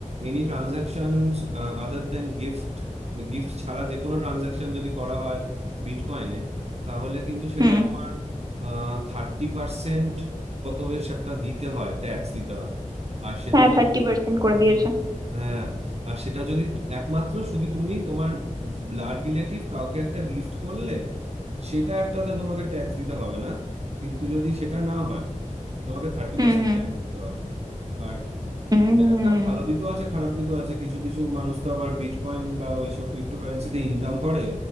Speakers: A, on the right; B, on the right.
A: any transaction other than gift gift ছাড়া যে কোনো ট্রানজাকশন যদি করা হয় বিটকয়েনে তাহলে কিন্তু সেটা
B: হুম
A: তোমার থার্টি পার্সেন্ট কত বেশ একটা দিতে হয় ট্যাক্স দিতে হয় আর সেটা
B: হ্যাঁ থার্টি পার্সেন্ট করে দিয়েছে
A: হুম। হ্যাঁ আর সেটা যদি তু- একমাত্র শুধু তুমি তোমার ব্লাড রিলেটিভ কাউকে একটা গিফট করলে সেটা একটাতে তোমাকে ট্যাক্স দিতে হবে না কিন্তু যদি সেটা না হয় তোমাকে থার্টি
B: হুম
A: পার্সেন্ট
B: হুম
A: ট্যাক্স দিতে হবে আর
B: হুম
A: এটা একটা ভালো দিকও আছে খারাপ দিকও আছে কিছু কিছু মানুষ তো আবার বিটকয়েন বা ওইসব ক্রিপ্টোকারেন্সিতে ইনকাম করে